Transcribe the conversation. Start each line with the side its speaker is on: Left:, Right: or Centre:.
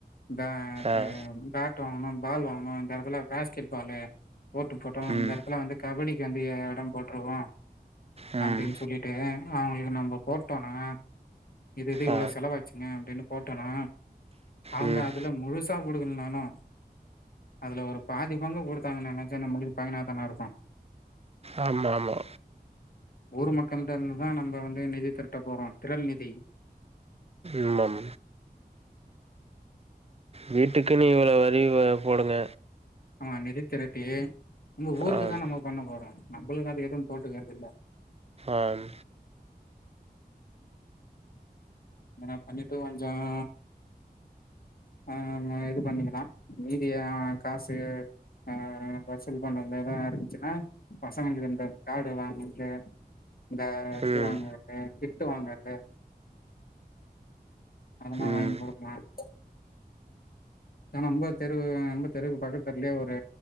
Left: இத
Right: ஆ
Left: பேட் வாங்கணும் பால் வாங்கணோம் இந்த இடத்துல பேஸ்கெட் பாலு கோர்ட் போட்டோம் இந்த
Right: ம்
Left: இடத்துல வந்து கபடிக்கு வந்து இடம் போட்டுருவோம்
Right: ம்
Left: அப்படின்னு சொல்லிட்டு அவங்களுக்கு நம்ம போட்டோனா இது இது இவ்வளோ
Right: ஆ
Left: செலவாச்சுங்க அப்படின்னு போட்டோனா அவங்க
Right: ம்
Left: அதில முழுசாக கொடுக்கலைனாலும் அதுல ஒரு பாதி பங்கு கொடுத்தாங்கன்னாக்கா நம்மளுக்கு பயனாதானே இருக்கும்
Right: ஆம்மா ஆமா
Left: ஊர் மக்கள்ட இருந்துதான் நம்ம வந்து நிதி திரட்ட போறோம் திரள் நிதி
Right: ஆமாம் வீட்டுக்குன்னு இவ்வளவு வரி போடுங்க
Left: ஆமா நிதி திரட்டி நம்ம ஊருக்கு
Right: ஆம்
Left: தான் நம்ம பண்ண போறோம் நம்மளுக்கது எதுவும் போட்டுக்கறது இல்ல
Right: ஆம்
Left: இதல்ல பண்ணிட்டு கொஞ்சம் ஆஹ் நம்ம இது பண்ணிக்கலாம் மீதிய காசு ஆஹ் வசூல் பண்றதுல எதா இருந்துச்சுன்னா பசங்கின்றது கார்டு வாங்கறது இந்த இது
Right: ம்
Left: வாங்கறது கிட்டு வாங்கறது அதெல்லாம்
Right: ம்
Left: வாங்கி குடுக்கலாம் ஹா நம்ப தெருவு நம்ப தெருவுக்கு பக்கத்துலயே ஒரு